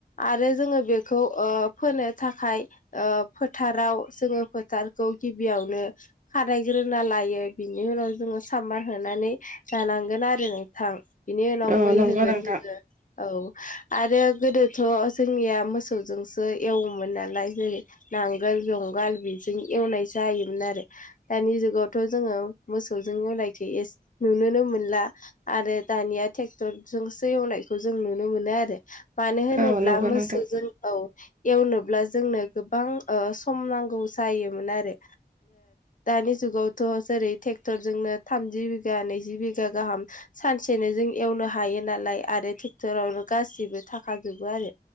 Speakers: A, on the left; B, on the right.
A: आरो जोङो बे खौ ओ फोनो थाखाय ओ फोथाराव जोङो फोथारखौ गिबियावनो खारायग्रोना लायो बिनि उनाव जोङो सामबार होनानै जानांगोन आरो न थां बेनि उनाव
B: औ
A: मै
B: नंगौ
A: होगोन
B: नोंथां
A: जोङो औ आरो गोदोथ जोंनिया मोसौजोंसो एवोमोन नालाय जेरै नांगोल जुंगाल बेजों एवनाय जायोमोन आरो दानि जुगावथ जोङो मोसौजों एवलायखो एसे नुनोनो मोनला आरो दानिया ट्रेक्टर जोंसो एवलायख जों नुनो मोनो आरो मानो होनोब्ला
B: औ नंगौ
A: मोसौजों
B: नोंथां
A: एवनो जोंनो गोबां ओ सम नांगौ जायोमोन आरो दानि जुगावथ बा जेरै ट्रेक्टर जोंनो थामजि बिगा नैजि बिघा गाहाम सानसेनो जों एवनो हायो नालाय आरो ट्रेक्टरावनो गासिबो थाखाजोबो आरो